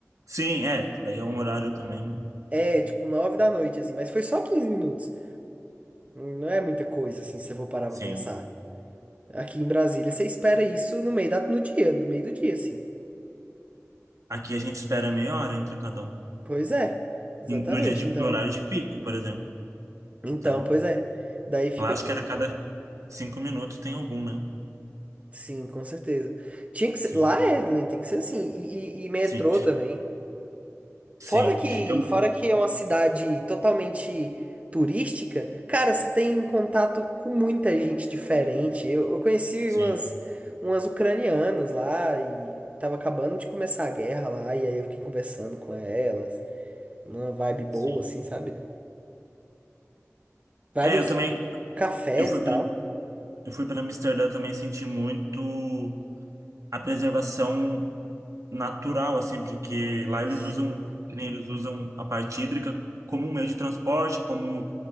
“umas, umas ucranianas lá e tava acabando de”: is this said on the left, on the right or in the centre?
Right